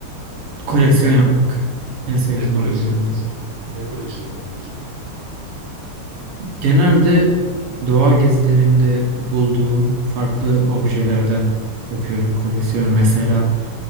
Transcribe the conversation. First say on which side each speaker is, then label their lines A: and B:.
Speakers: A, on the right; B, on the right.
A: koleksiyon yapmak. En sevdiğim
B: Ne koleksiyonu
A: hobilerimden.
B: mesela? Ne koleksiyonu yapıyorsun?
A: Genelde doğa gezilerimde bulduğum farklı objelerden yapıyorum koleksiyonu. Mesela